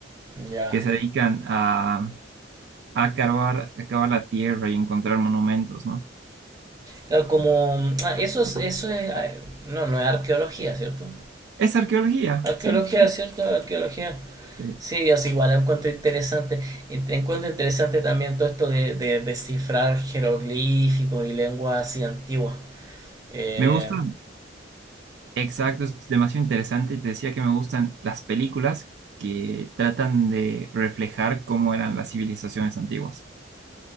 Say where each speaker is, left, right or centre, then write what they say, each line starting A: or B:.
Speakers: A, on the right; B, on the right.
A: Ya.
B: que se dedican a, a cavar a cavar la tierra y encontrar monumentos, ¿no?
A: Claro, como. ah, eso es. Eso es ah, no, no es arqueología, ¿cierto?
B: Es arqueología,
A: Arqueología,
B: sí.
A: ¿cierto? Arqueología.
B: Eh,
A: Sí, o sea, igual encuentro interesante, y te encuentro interesante también todo esto de, de descifrar jeroglíficos y lenguas así antiguas. Eh,
B: me gusta. Exacto, es demasiado interesante y te decía que me gustan las películas que tratan de reflejar cómo eran las civilizaciones antiguas.